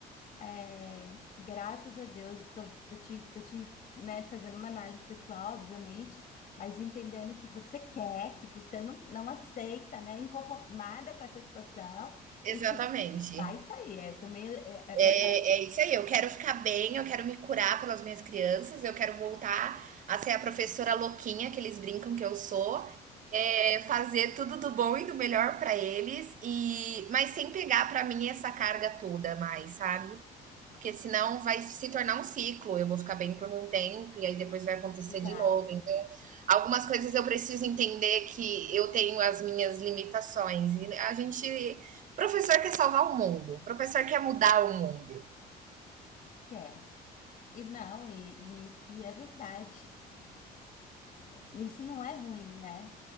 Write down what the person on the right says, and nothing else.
Exatamente.
É
é isso aí, eu quero ficar bem, eu quero me curar pelas minhas crianças, eu quero voltar a ser a professora louquinha que eles brincam que eu sou, eh, fazer tudo do bom e do melhor para eles e mas sem pegar para mim essa carga toda mais, sabe? Porque senão vai se tornar um ciclo, eu vou ficar bem por um tempo e aí depois vai acontecer
de novo. Então, algumas coisas eu preciso entender que eu tenho as minhas limitações. E a gente. Professor quer salvar o mundo, professor quer mudar o mundo.